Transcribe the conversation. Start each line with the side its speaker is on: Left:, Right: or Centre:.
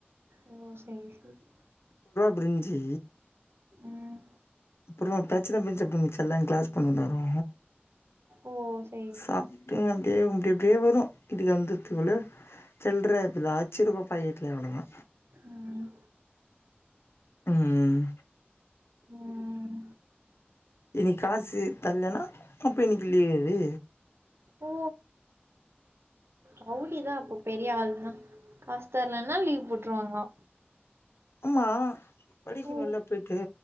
Right: ஓ செரி செரி
Left: பிரிஞ்சி
Right: ம்
Left: அப்புறோ பிரச்சன <unintelligible> கிளாஸ் பொண்ணு தாரு
Right: ஓ செரி
Left: சாப்புட்டு
Right: செரி
Left: அப்டியே அப்டியப்டியே வரோ <unintelligible> வந்து இதுகுள்ள சில்ற ஏத்து லாச்சிரிமா பாப்பான் பாக்கெட்ல அவ்ளோதா
Right: ம்
Left: ம்
Right: ம்
Left: இன்னிக் காசு தர்லனா அப்ப இன்னைக்கு லீவு எடு
Right: ஓ ரவுடிதா அப்போ பெரிய ஆள்தா காஸ்தர்லனா லனா லீவ் போட்ருவாங்களா
Left: ஆமா படிக்கனுல
Right: ஓ
Left: போயிட்டு